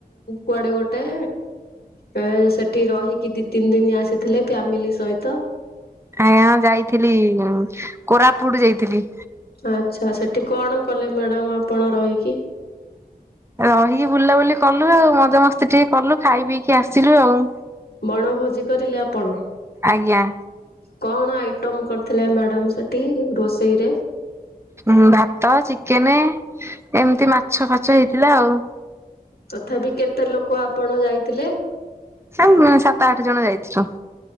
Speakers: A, on the left (about 75°); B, on the right (about 15°).
A: କୁଆଡେ ଗୋଟେ? ଏ ସେଠି ରହିକି ଦି ତିନି ଦିନ୍ ଆସିଥିଲେ ଫ୍ୟାମିଲି ସହିତ।
B: ଆଜ୍ଞା ଯାଇଥିଲି କୋରାପୁଟ୍ ଯାଇଥିଲି।
A: ଆଚ୍ଛା ସେଠି କଣ କଲେ ମ୍ୟାଡ଼ାମ୍ ଆପଣ ରହିକି?
B: ରହିକି ବୁଲାବୁଲି କଲୁ ଆଉ ମଜା ମସ୍ତି ଟିକେ କଲୁ ଖାଇ ପିଇକି ଆସିଲୁ ଆଉ।
A: ବଣଭୋଜି କରିଲେ ଆପଣ?
B: ଆଜ୍ଞା।
A: କଣ ଆଇଟମ୍ କରିଥିଲେ ମ୍ୟାଡାମ୍ ସେଠି ରୋଷେଇରେ?
B: ହଁ ଭାତ ଚିକେନ୍ ଏମିତି ମାଛ ଫାଛ ହେଇଥିଲା ଆଉ।
A: ତଥାପି କେତେ ଲୋକ ଆପଣ ଯାଇଥିଲେ?
B: ସେଇ ସାତ ଆଠ ଜଣ ଯାଇଥିଲୁ।